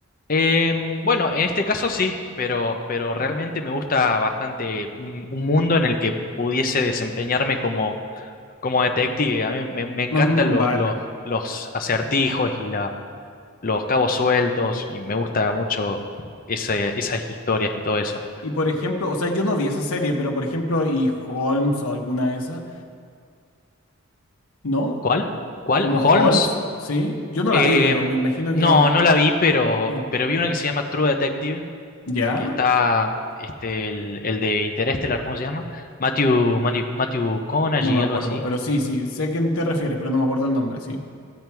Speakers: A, on the left (about 40°); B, on the left (about 90°).
A: em, bueno, en este caso sí, pero, pero
B: Mm.
A: realmente me gusta bastante un, un mundo en el que pudiese desempeñarme como, como detective. A mí me, me encantan
B: Mm,
A: lo-
B: vale.
A: los los acertijos y la los cabos sueltos y me gusta mucho ese- esas historias y todo eso.
B: Y por ejemplo, o sea, yo no vi esa serie, pero por ejemplo, y Holmes o alguna de esas, ¿no?
A: ¿Cuál? ¿Cuál?
B: Como
A: ¿Holmes?
B: Holmes, ¿sí? Yo no
A: Em,
B: la vi, pero me imagino
A: no,
B: que
A: no la vi, pero,
B: ah,
A: pero vi una que se llama True Detective,
B: ¿ya?
A: que está este, el, el de Interestelar, ¿cómo se llama? Matthew, Matthew, Matthew
B: No
A: y
B: me acuerdo,
A: algo así.
B: pero sí, sí, sé a quién te refieres, pero no me acuerdo el nombre, sí.